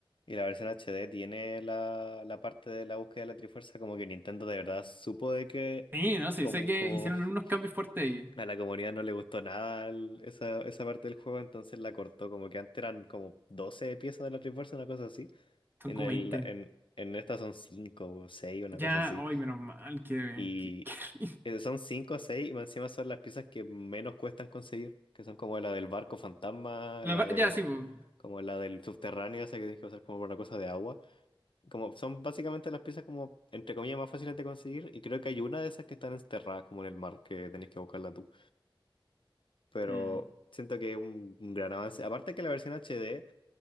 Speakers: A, on the left; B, on the right.
A: Y la versión HD tiene la, la parte de la búsqueda de la Trifuerza, como que Nintendo de verdad supo de que
B: Sí, no sé,
A: como,
B: sé que
A: como
B: hicieron unos cambios fuertes ahí.
A: <laughs> a la comunidad no le gustó nada el- esa, esa parte del juego, entonces la cortó, como que antes eran como 12 piezas de la Trifuerza, una cosa así.
B: Son
A: En
B: como
A: el,
B: veinte
A: en, en esta son 5 o 6 una
B: Ya,
A: cosa así.
B: hoy menos mal que,
A: Y
B: que, que <laughs>
A: eh, son cinco o seis, y más encima son las piezas que menos cuestan conseguir, que son como la del barco fantasma,
B: La
A: la
B: va-
A: de
B: ya, sí, bu-
A: como la del subterráneo, esa que tienes que pasar como por una cosa de agua. Como son básicamente las piezas como entre comillas más fáciles de conseguir, y creo que hay una de esas que están enterradas como en el mar, que tenés que buscarla tú. Pero
B: mm.
A: siento que es un, un gran avance. Aparte que la versión HD